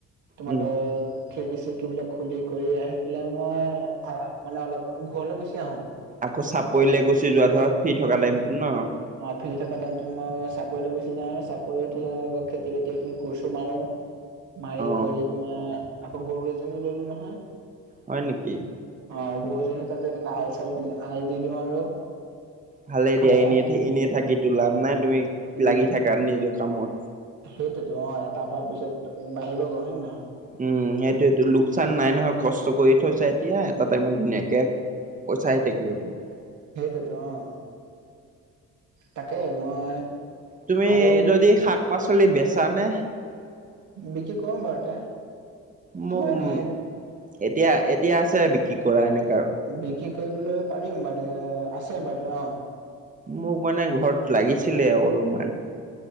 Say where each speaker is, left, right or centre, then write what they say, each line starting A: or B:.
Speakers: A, on the right; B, on the right.
A: তোমাৰ
B: উম।
A: দ খিৰিকি চিৰিকিবিলাক খুলি কৰি আহি পেলাই। মই আহ মানে অলপ ঘৰলৈ গুচি আহো।
B: আকৌ চাপৰিলে
A: তাৰপিছত
B: গুচি যোৱা ধৰক ফ্ৰী থকা টাইমটোত ন।
A: অ ফ্ৰী থকা টাইমতত মই চাপৰিলৈ গুচি যাওঁ চাপৰি খেতি বাতি খিনি কোৰ ছোৰ মাৰো। মাৰি
B: অ
A: কৰি তোমাৰ আকৌ গৰু এজনী ললো নহয়।
B: হয় নেকি?
A: অ গৰুজনী তাতে এনে আল চাল দি আল দি দিওঁ আৰু।
B: ভালে
A: ঘাঁহ
B: দিয়া এনেই
A: চাহ
B: এনেই থাকি তো লাভ নাই তুমি
A: উম,
B: লাগি থাকা নিজৰ কামত।
A: সেইটোতো অ এটা পা পিছত বাঢ়িবগৈ, হয় নে নহয়?
B: উম সেইটো এটো লোকচান নাই নহয়, কষ্ট কৰি থৈছা এতিয়া এটা টাইমত ধুনীয়াকে। পইচা আহি থাকিব তোমাৰ।
A: সেইটোৱেইটো অ। তাকেই মই
B: তুমি
A: আৰু।
B: যদি শাক পাচলি বেচানে
A: বিক্ৰী কৰম বাৰু তে। তোমাৰ
B: মোক উ
A: এনে
B: এতিয়া এতিয়া আছে বিক্ৰী কৰা এনেকা,
A: বিক্ৰী কৰিবলৈ পাৰিম মানে আছে মানে অ।
B: মোক মানে ঘৰত লাগিছিলে আৰু অলপমান।